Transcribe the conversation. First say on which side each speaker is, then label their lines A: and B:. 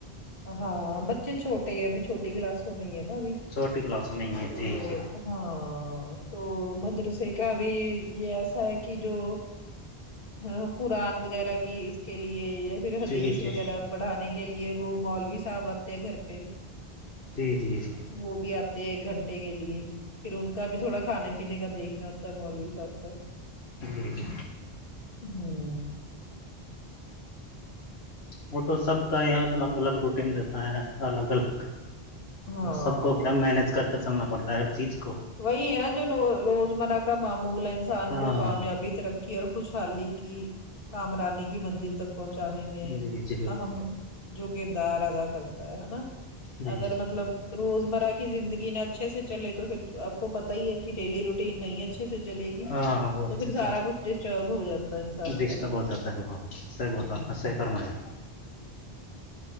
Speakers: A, on the left (about 60°); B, on the left (about 80°).
A: ہاں بچے چھوٹے ہےب چھوٹی کلاسوں میں ہی ہے ناب
B: چھوٹی کلاسوں میں ہی ہے
A: تو
B: جی جی
A: ہاں تو مدرسے کا بھی یہ ایسا ہے کہ جو ہ قرآن وغیرہ کی اس کے لیے یا پھر حدیث
B: ٹھیک
A: وغیرہ
B: ہے
A: پڑھانے کے لیے وہ مال بھی س ب آتے گھر پہ
B: جی جی جی
A: وہ بھی آتے ہیں ایک گھنٹے کے لیے پھر ان کا بھی تھوڑا کھانے پینے کا دیکھنا ہوتا ہے مولوی اب کا
B: جی جی
A: ہوں
B: وہ تو سب کا ہی الگ الگ روٹین رہتا ہے الگ الگ
A: ہاں
B: وہ سب کو کیا مینج کر کے چلنا پڑتا ہے ہر چیز کو
A: وہی ہے نا جو روزمرہ کا معمول ہے انسان
B: ہاں
A: کو کامیابی
B: ہاں
A: ترقی اور خوش چالی کی کام رانی کی منزل تک پہنچانے میں
B: جی جی بالکل
A: اہم جو کردار ادا کرتا ہے ہے نا
B: جی
A: اگر
B: جی
A: مطلب روزمرہ کی زندگییں اچھے سے چلے تو پھر آپ کو پتتا ہی ہے کہ ڈیلی روٹین نہیں ہے اچھے سے چلے گی
B: ہاں ہاں وہ
A: تو
B: اچھے
A: پھر سارا
B: سے
A: کچھ ڈسٹرب ہو جاتا ہے انسان
B: ڈسٹرب
A: کا نا
B: ہو جاتا ہے ب صحی بول
A: ہ
B: رہو آپ نے صحیح فرمایا